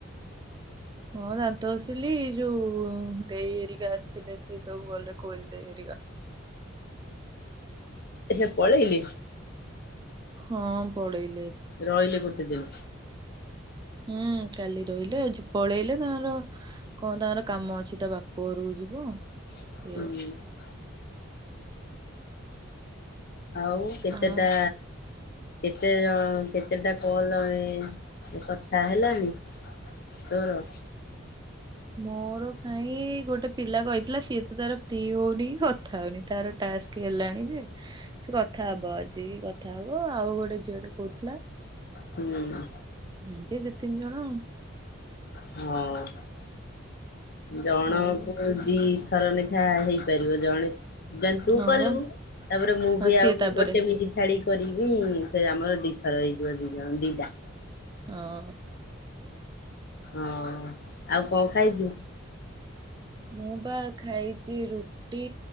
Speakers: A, on the right; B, on the left.
A: ହଁ ଦାନ୍ତ ଘସିଲି ଯୋଉ ଦେଇ ଏରିକା ଆସିଥିଲେ ସେ ସବୁ ଗଲେ କୋଇଲି ଦେଇ ଏରିକା
B: ସେ ପଳେଇଲେ
A: ହଁ ପଳେଇ
B: ରହିିଲେ ଗୋଟେ ଦିନ
A: ହୁଁ କାଲି ରହିଲେ ଆଜିପଳେଇଲେ ତାଙ୍କର କଣ ତାଙ୍କର କାମ ଅଛି ତା ବାପ ଘରକୁ ଯିବ।
B: ହୁଁ।
A: ସେଇଆକୁ
B: ଉଁ କେତେଟା
A: ଆ
B: କେତେ ଜ କେତେଟା କଲ ଏଁ କଥା ହେଲଣିି? ତୋର?
A: ମୋର କାଇଁ ଗୋଟେ ପିଲା କହିଥିଲା ସିଏ ତ ତାର ଫ୍ରି ହଉନି କଥା ହଉନି ତାର ଟାସ୍ କି ହେଲାଣି ଯେ ସେ କଥା ହବ ଆଜି କଥା ହବ ଆଉ ଗୋଟେ ଝିଅ ଟେ କହୁଥିଲା।
B: ହୁଁ।
A: ହୁଁ ତେ ଦିଇ ତିନି ଜଣ ଆଉ।
B: ହଁ। ଜଣ
A: ଆଉ
B: କୁ ଦିଥର ଲେଖା ହେଇପାରିବ ଜଣେ ଜାଣ ତୁ
A: ହଁ
B: କଲୁ
A: ବା
B: ତାପରେ ମୁଁ
A: ହଁ
B: ବି
A: ସିଏ
B: ଆଉ
A: ତାପରେ
B: ଗୋଟେ ମିନିଟି ଛାଡ଼ି କରିବି ସେ ଆମର ଦିଇଥର ହେଇଯିବ ଦିଇ ଜଣ ଦିଇଟା।
A: ହଁ।
B: ହଁ ଆଉ କଣ ଖାଇଚୁ?
A: ମୁଁ ବା ଖାଇଚି ରୁଟି